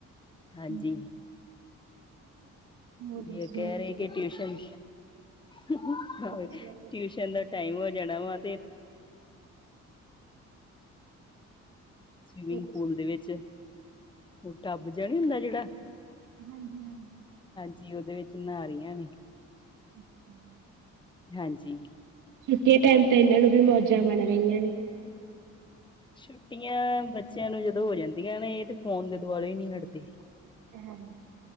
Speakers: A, on the left (about 15°); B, on the right (about 80°).
A: ਹਾਂਜੀ।
B: ਹੂੰ। ਹੋਰ
A: ਗੁੜੀਆ
B: ਦੱਸੋ?
A: ਕਹਿ ਰਹੀ ਕਿ ਟਿਊਸ਼ਨ ਹਾ-ਹਾਹਾ।
B: ਅੱਛਾ
A: ਟਿਊਸ਼ਨ ਦਾ ਟਾਈਮ ਹੋ ਜਾਣਾ ਵਾ ਸਵੀਮਿੰਗ
B: ਅੱਛਾ
A: ਪੂਲ
B: ਜੀ,
A: ਦੇ ਵਿੱਚ, ਉਹ ਟਬ ਜਿਹਾ ਨੀ ਹੁੰਦਾ। ਜਿਹੜਾ
B: ਹਾਂਜੀ ਹਾਂਜੀ।
A: ਜੀ, ਉਹਦੇ ਵਿੱਚ ਨਹਾ ਰਹੀਆਂ ਨੇ
B: ਅਮ <unintelligible>
A: ਹਾਂਜੀ।
B: ਛੁੱਟੀ ਟਾਈਮ ਤਾਂ ਇਹਨਾਂ ਨੂੰ ਵੀ ਮੌਜਾਂ ਬਣ ਰਹੀਆਂ ਨੇ।
A: ਛੁੱਟੀਆਂ ਬੱਚਿਆਂ ਨੂੰ ਜਦੋਂ ਹੋ ਜਾਂਦੀਆਂ ਨੇ, ਇਹ ਤੇ ਫੋਨ ਦੇ ਦੁਆਲੇ ਹੀ ਨਹੀਂ ਹਟਦੇ।
B: ਹਮ-ਹਮ